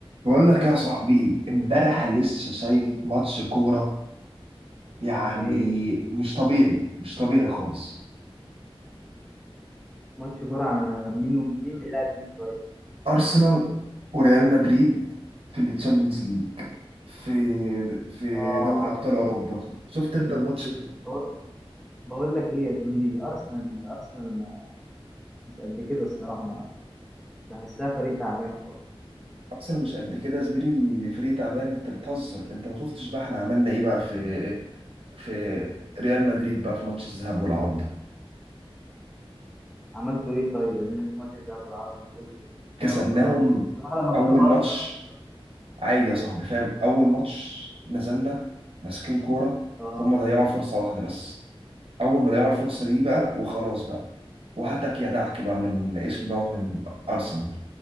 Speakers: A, on the right; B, in the centre.
A: بقول لك يا صاحبي امبارح لسه شايف
B: أوه.
A: ماتش كورة يعني
B: ايه
A: مش طبيعي مش طبيعي خالص
B: ماتش كورة عن مين و... مين بيلعب مين طيب
A: أرسنال وريال مدريد في التشامبيونز ليج في في
B: اه
A: دوري أبطال أوروبا شفت أنت الماتش ده؟
B: بقول بقول لك ايه يا زميلي ارسنال ارسنال ما- مش قد كده الصراحة ما بحسها فريق تعبان خالص
A: أرسنال مش قد كده يا زميلي فريق تعبان أنت بتهزر أنت ما شفتش بقى إحنا عملنا إيه بقى في في ريال مدريد بقى في ماتش الذهاب والعودة
B: عملتوا ايه طيب يا زميلي في ماتش الذهاب والعودة ما تقول لي كده عشان
A: كسبناهم
B: انا ما اتفرجتش الصراحة لما بشوف
A: أول
B: ارسنال
A: ماتش
B: ما بتفرجش
A: عادي يا صاحبي فاهم اول ماتش نزلنا ماسكين كوره
B: اه
A: هم ضيعوا فرصه واحده بس اول ما ضيعوا الفرصه دي بقى وخلاص بقى وهتك يا دعك بقى من اسمه دوت من ارسنال